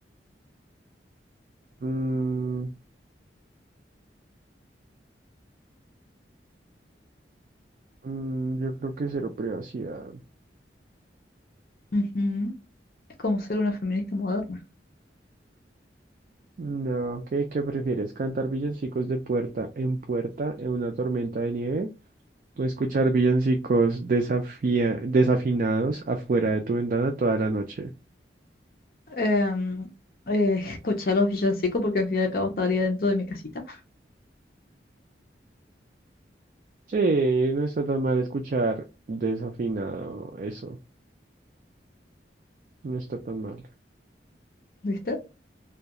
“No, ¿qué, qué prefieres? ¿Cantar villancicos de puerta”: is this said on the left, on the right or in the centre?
Right